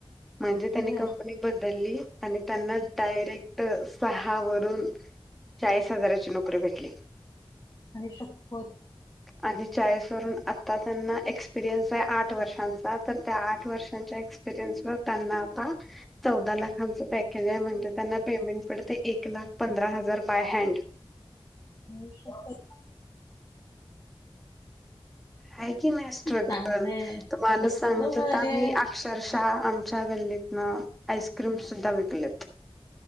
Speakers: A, in the centre; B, on the left (about 30°).
A: म्हणजे त्यांनी
B: बर
A: कंपनी बदलली, आणि त्यांना डायरेक्टऽ सहा वरून, चाळीस हजाराची नोकरी भेटली.
B: आई शप्पथ!
A: ह आणि चाळीस वरून आता त्यांना एक्सपिरियन्स आहे आठ वर्षांचा,, तर त्या आठ वर्षांच्या एक्सऽ त्याना आता चौदा लाखांचं पॅकेज आह, म्हनजे त्यांना पेमेंट ऽ पण ते एक लाख पंधरा हजार बाय हँड.
B: आई शप्पथ!
A: आहे की नाही स्ट्रगल,,
B: चांगलंय
A: तर मानुस
B: कसलं
A: सांगत
B: भारी
A: होता, मीऽ
B: आहे.
A: अक्षरशः, आमच्या गल्लीतन आईस्क्रीम सुद्धा विकलेत.